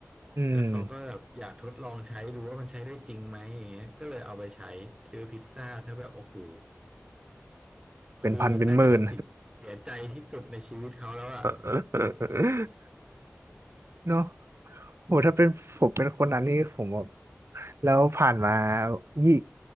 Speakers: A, on the right; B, on the right.
A: อืม
B: แล้วเขาก็แบบอยากทดลองใช้ดูว่ามันใช้ได้จริงไหมอย่างเงี้ยก็เลยเอาไปใช้ซื้อพิซซ่าถ้าแบบโอ้โห
A: เป็นพันเป็นหมื่น
B: คือน่าจะเป็นสิ่งเสียใจที่สุดในชีวิตเขาแล้วอ่ะ
A: <laughs> เนาะโหถ้าเป็นผมเป็นคนนั้นนี่ผมแบบแล้วผ่านมายี่